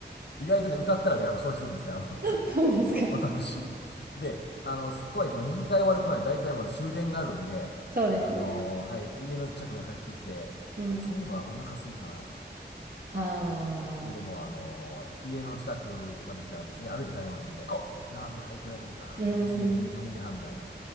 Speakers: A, on the left; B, on the right.
A: 意外とね、歌ったらね、あの、消費するんですね、あの
B: <laughs> そうですか。
A: <laughs> 私。で、あの、とはいっても二次会終わる頃には大体もう終電があるんで、
B: そうですね。
A: あのーはい、家の近くに帰ってきて、
B: うん。
A: そういえばお腹空いたな、とか言って。
B: はあ
A: ほんで、もうあのー家の近くまで来たら別に歩いて帰れますので、お、ラーメン開いてるやないか、
B: うん。
A: 時すでにもう12時半みたいな。